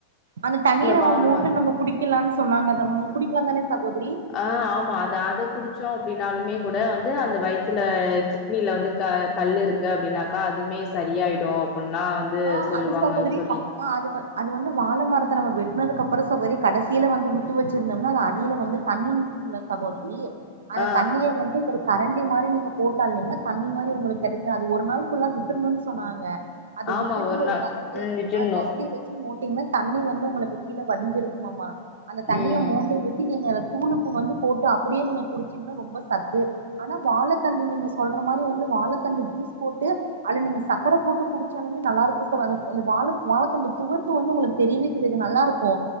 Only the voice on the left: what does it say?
வாழ
மரோ
ஆ ஆமா அத அத குடிச்சோ அப்டின்னாலுமே கூட வந்து அந்த வயித்துல கிட்னில வந்து க கல் இருக்கு அப்டின்னாக்கா அதுமே சரியாயிடு புன்னா வந்து
சொல்லுவாங்க
தோழி
ஆ
ஆமா
நாள்
ம் விட்டுர்ணு
ம்